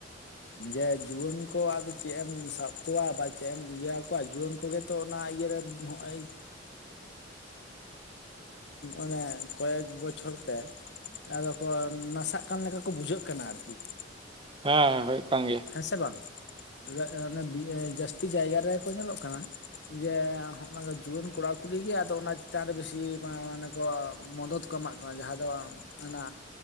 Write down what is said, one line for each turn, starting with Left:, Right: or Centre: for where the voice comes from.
Left: ᱡᱮ ᱡᱩᱣᱟᱹᱱ ᱠᱚ ᱟᱫᱚ ᱪᱮᱫ ᱮᱢ ᱥᱟᱵ ᱠᱚᱣᱟ ᱵᱟ ᱪᱮᱫ ᱮᱢ ᱤᱭᱟᱹ ᱟᱠᱚᱶᱟ ᱡᱮ ᱡᱩᱣᱟᱹᱱ ᱠᱚᱜᱮ ᱛᱚ ᱚᱱᱟ ᱤᱭᱟᱹᱮ ᱦᱚᱜᱼᱚᱭ ᱚᱱᱮ ᱠᱚᱭᱮᱠ ᱵᱚᱪᱷᱚᱨ ᱛᱮᱼᱼ ᱟᱫᱚ ᱠᱚ ᱱᱟᱥᱟᱜ ᱠᱟᱱ ᱞᱮᱠᱟ ᱠᱚ ᱵᱩᱡᱷᱟᱹᱜ ᱠᱟᱱᱟ ᱟᱨᱠᱤ ᱾
Right: ᱦᱮᱸ ᱦᱳᱭ ᱾ ᱠᱟᱱ ᱜᱮᱭᱟ
Left: ᱦᱮᱸ ᱥᱮ ᱵᱟᱝ, ᱮ ᱮ ᱵᱤ ᱮ ᱡᱟᱹᱥᱛᱤ ᱡᱟᱭᱜᱟ ᱨᱮᱠᱚ ᱧᱮᱞᱚᱜ ᱠᱟᱱᱟ ᱾ ᱡᱮ ᱦᱚᱜᱼᱚ ᱱᱟ ᱡᱩᱣᱟᱹᱱ ᱠᱚᱲᱟ ᱠᱩᱲᱤ ᱜᱮ ᱟᱫᱚ ᱚᱱᱟ ᱪᱮᱛᱟᱱ ᱨᱮ ᱵᱮᱥᱤ ᱢᱟᱱᱮ ᱠᱚ ᱢᱚᱫᱚᱫᱼᱼ ᱠᱚ ᱮᱢᱟᱜ ᱠᱟᱱᱟ ᱡᱟᱦᱟᱸ ᱫᱚ, ᱚᱱᱟ